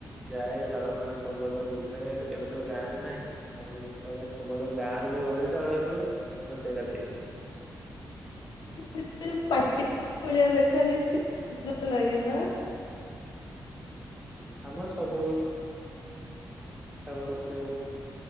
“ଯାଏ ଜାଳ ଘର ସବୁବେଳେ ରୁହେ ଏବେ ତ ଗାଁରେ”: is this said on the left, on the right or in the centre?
Centre